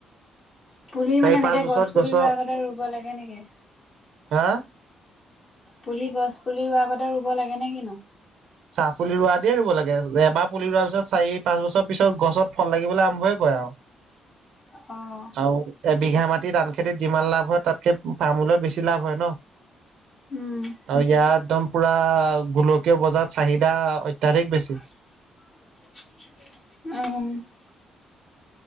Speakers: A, on the left; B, on the right.
A: পুলি
B: চাৰি
A: মানে এনেকে
B: পাঁচ বছৰত
A: গছ পুলি
B: গছৰ
A: ৰৰুৱ আগতে ৰুব লাগে নেকি?
B: হা।
A: পুলি গছ পুলি ৰোৱাৰ আগতে ৰুব লাগে নেকি ন?
B: চাহ পুলি ৰোৱা দিয়ে ৰুব লাগে, এবাৰ পুলি ৰোৱাৰ পিছত চাৰি পাঁচ বছৰ পিছত গছত ফল লাগিবলৈ আৰম্ভই কৰে আৰু।
A: অ'।
B: আৰু এ বিঘা মাটি ধান খেতিত যিমান লাভ হয় তাতকে পামআইলত বেছি লাভ হয় ন।
A: উম।
B: আৰু ইয়াত একদম পুৰা গোলকীয় বজাৰ চাহিদা অত্যাধিক বেছি।
A: অ'।